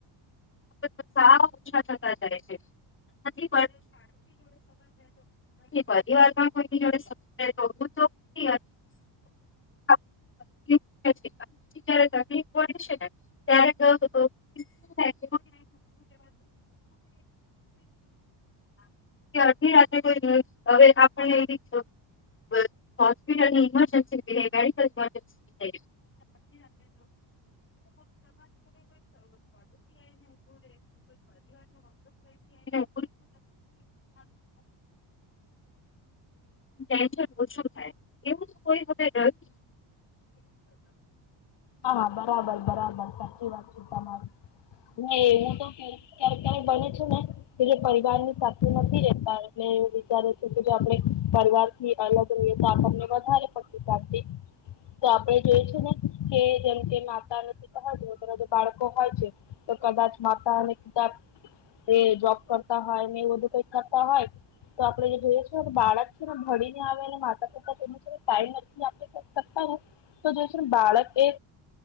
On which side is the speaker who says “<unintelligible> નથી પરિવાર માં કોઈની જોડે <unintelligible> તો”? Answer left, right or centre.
Left